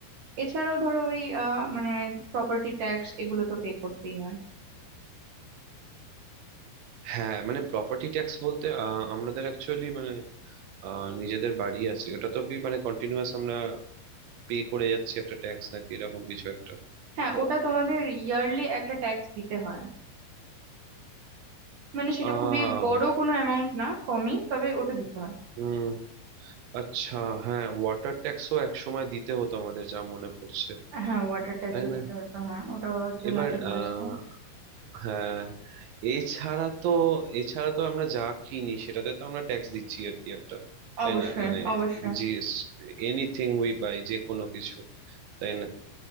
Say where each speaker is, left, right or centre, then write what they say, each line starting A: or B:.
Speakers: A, on the right (about 60°); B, on the right (about 90°).
A: এছাড়াও ধরো ওই আহ, মানে প্রপার্টি ট্যাক্স এগুলো তো পে করতেই হয়
B: হ্যাঁ মানে প্রপার্টি ট্যাক্স বলতে আহ, আমাদের অ্যাকচুয়ালি মানে আহ, নিজেদের বাড়ি আছে ওটা তো কি মানে কন্টিনিউয়াস আমরা পে করে যাচ্ছি একটা ট্যাক্স নাকি এরকম কিছু একটা
A: হ্যাঁ ওটা তোমাদের ইয়ারলি একটা ট্যাক্স দিতে হয় মানে সেটা
B: আহ
A: খুবই বড় কোনো অ্যামাউন্ট না কমই তবে ওটা দিতে হয়
B: হুম আচ্ছা হ্যাঁ ওয়াটার ট্যাক্সও এক সময় দিতে হতো আমাদের যা মনে পড়ছে
A: হ্যাঁ ওয়াটার ট্যাক্সও
B: তাই না
A: দিতে হতো হ্যাঁ ওটার জন্য
B: এবার
A: একটা বিল
B: আহ
A: আসতো
B: হ্যাঁ এছাড়া তো এছাড়া তো আমরা যা কিনি সেটাতে তো আমরা ট্যাক্স দিচ্ছি আর কি একটা তাই
A: অবশ্যই
B: না মানে
A: অবশ্যই
B: জিএস এনিথিং উই বাই যে কোনো কিছু তাই না